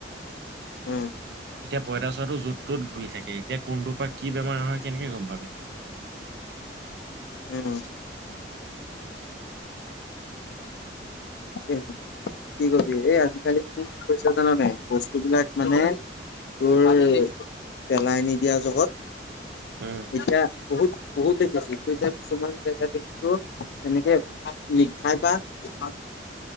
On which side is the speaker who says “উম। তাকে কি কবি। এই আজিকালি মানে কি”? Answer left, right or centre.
Left